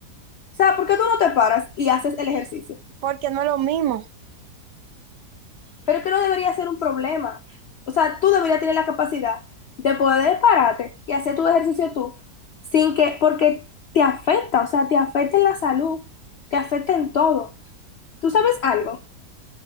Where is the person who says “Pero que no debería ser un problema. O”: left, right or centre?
Left